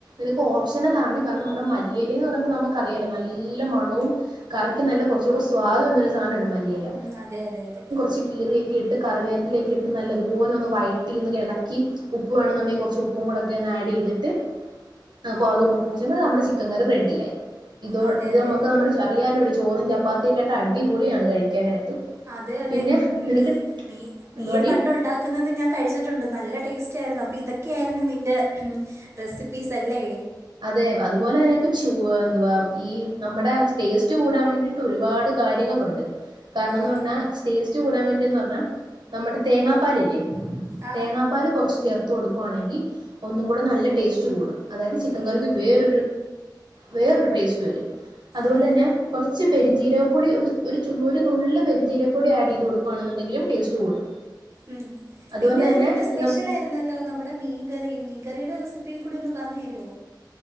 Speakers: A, on the right (about 75°); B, on the right (about 35°).
A: നിക്ക് ഓപഷണൽആണു കാരണം നമ്മുടെ മല്ലിയെല നമ്മക്കറിയാലോ നല്ല മണവും കറി ക്ക് നല്ല കുറച്ചൂ സ്വാദം വരു സാധന
B: ഉം അതെ അതെ അതെ
A: <inaudible> ട്ട് കറിവേത്തിലേക്ക ഇട്ട് നല്ലതുപോലെ ഒന്ന് വയറ്റിന്ന് ഇിളക്കി ഉപ്പ് വേണമെന്നുണ്ടെങ്കിൽ കുറച്ച് ഉപ്പും കൂടെ ഒക്കെ ഒന്ന് ആഡ് ചെയ്തിട്ട് ആ അ നമ്മുടെ ചിക്കൻ കറി റെഡി ആയി ഇതോ
B: അതെ
A: ഇത്
B: അതെ
A: നമുക്ക് നമ്മുടെ ചെറിയാലോടി ചോറും ചപ്പാത്തിയ ഒക്കെട്ട് അടിപൊളിയാണ് കഴിക്കാനായിട്ട്
B: അതെ അതെ
A: പിന്നെ നിനക്ക്
B: നീ നീ നീ
A: എന്തുവാടി
B: പണ്ട ഉണ്ടാക്കുന്നത് ഞാൻ കഴിച്ചിട്ടുണ്ട് നല്ല ടേസ്റ്റ് ആായിരുന്നു അപ്പൊ ഇതൊക്കെയ ആയിരുന്നു നിന്റെ റെസിപ്പീസ് അല്ലേ
A: അതെ അതുപോലെ നിനക്ക് ചൂ എന്തുവാ ഈ നമ്മുടെ ടേസ്റ്റ് കൂടാൻ വേണ്ടിട്ട് ഒരുപാട് കാര്യങ്ങളുണ്ട് കാരണംന്ന്
B: ആ
A: പറഞ്ഞാ ടേസ്റ്റ് കൂടാൻ വേണ്ടിന്ന് പറഞ്ഞാ നമ്മുടെ തേങ്ങാപ്പാലല്ലേ
B: ആ
A: തേങ്ങാപ്പാൽ കുറച്ച് ചേർത്ത് കൊടുക്കുവാണെങ്കിൽ ഒന്നും കൂടെ നല്ല ടേസ്റ്റ് കൂടും അതായത്
B: ഉം
A: റി വേറ വേറരു ടേസ്റ്റ് വരും അതുപോലെ
B: ഉം
A: തന്നെ കുറച്ച് പെരിഞ്ചീരപ്പൊടി ഒരു ഒരു ഒരു നുള് പെരിചീരപ്പൊടി ആഡ് ചെയ്ത് കൊടുക്കുയാണെന്നുണ്ടെങ്കിലും ടേസ്റ്റ് കൂടും
B: ഉം പിന്നെ
A: അതുപോലെ തന്നെ
B: നിന്റെ സ്പെഷ്യൽ
A: ഈ നമ്മ
B: ആയിരുന്നല്ലോ നമ്മുടെ മീൻകറി മീൻകറിയുടെ റെസിപ്പി അപ്പ കൂടി ഒന്ന് പറഞ്ഞു തരുവോ